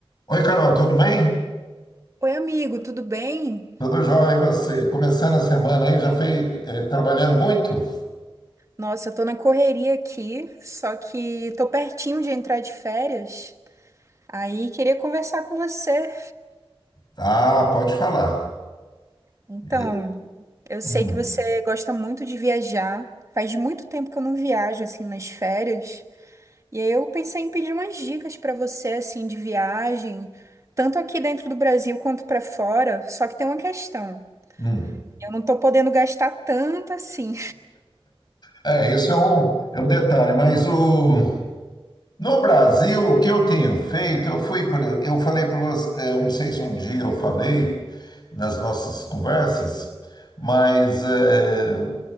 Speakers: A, on the left (about 45°); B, on the right (about 30°).
A: Oi, Carol, tudo bem?
B: Oi, amigo, tudo bem?
A: Tudo jóia, e você? Começando a semana aí, já foi eh, trabalhando muito?
B: Nossa, eu tô na correria aqui, só que tô pertinho de entrar de férias. Aí queria conversar com você.
A: Ah, pode falar.
B: Então,
A: Eh,
B: eu sei
A: hum,
B: que você gosta muito de viajar. Faz muito tempo que eu não viajo assim nas férias. E aí eu pensei em pedir umas dicas pra você assim de viagem, tanto aqui dentro do Brasil quanto pra fora. Só que tem uma questão.
A: hum.
B: Eu não tô podendo gastar tanto assim.
A: É, isso é um, é um detalhe, mas o, no Brasil, o que eu tenho feito, eu fui, por, ex- eu falei para você, eh, eu não sei se um dia eu falei nas nossas conversas, mas eh,